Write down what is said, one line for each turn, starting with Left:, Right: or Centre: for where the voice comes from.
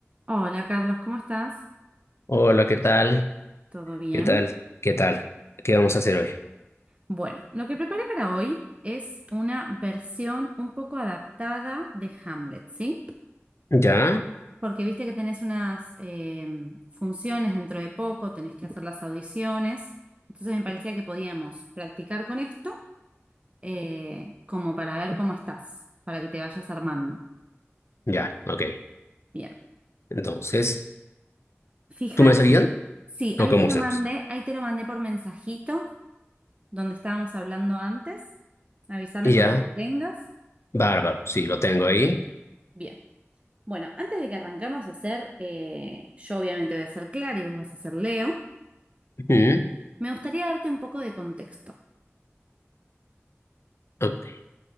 Right: Hola Carlos, ¿cómo estás?
Left: Hola, ¿qué tal?
Right: ¿Todo bien?
Left: ¿Qué tal? ¿Qué tal? ¿Qué vamos a hacer hoy?
Right: Bueno, lo que preparé para hoy es una versión un poco adaptada de Hamlet, ¿sí?
Left: ¿Ya?
Right: Porque viste que tenés unas eh, funciones dentro de poco, tenés que hacer las audiciones, entonces me parecía que podíamos practicar con esto eh, como para ver cómo estás, para que te vayas armando.
Left: Ya, ok.
Right: Bien,
Left: Entonces,
Right: fíjate,
Left: ¿tú me seguían?
Right: sí,
Left: ¿O
Right: ahí
Left: cómo
Right: te lo
Left: hacemos?
Right: mandé, ahí te lo mandé por mensajito, donde estábamos hablando antes. Avísame
Left: Ya,
Right: cuando lo tengas.
Left: bárbaro, sí, lo tengo ahí.
Right: Bien. Bueno, antes de que arrancamos a hacer, eh, yo obviamente voy a ser Clara y vos vas a ser Leo,
Left: Ujú,
Right: me gustaría darte un poco de contexto.
Left: ok,